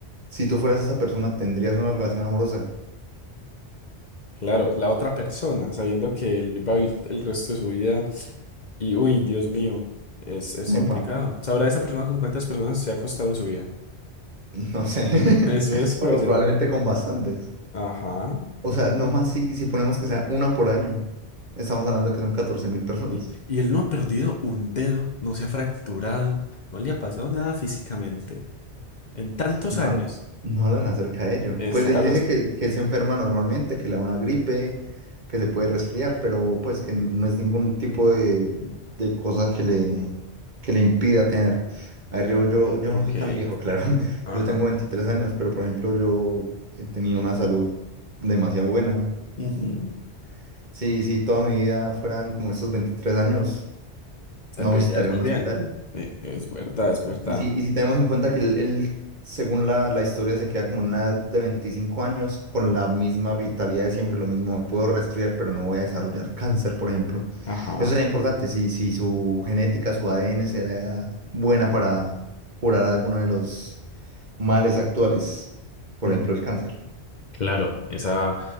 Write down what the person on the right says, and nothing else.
si tú fueras esa persona, ¿tendrías una relación amorosa?
Epa,
no sé. <laughs>
Pero
probablemente con bastantes.
O sea, nomás si, si ponemos que sea una por año, estamos hablando que son catorce mil personas.
No,
no hablan acerca de ello.
Pues
él dice
que, que él se enferma normalmente, que le da una gripe, que se puede resfriar, pero pues
que ni- no es ningún tipo de, de cosa que le, que le impida tener. A ver, yo, yo, yo
no soy tan viejo, claro. <laughs>
Yo tengo 23 años, pero por ejemplo yo he tenido una salud demasiado buena.
Mm, sí sí toda mi vida fueran como estos 23 años,
no
visitaría
un
hospital.
Y si, y si tenemos en cuenta que él, él, según la, la historia, se queda como en una edad de 25 años con la misma vitalidad de siempre, lo mismo, me puedo resfriar, pero no voy a desarrollar <laughs> cáncer, por ejemplo.
Eso era importante, si, si su genética, su ADN era buena para curar alguno de los males actuales, por
ejemplo, el cáncer,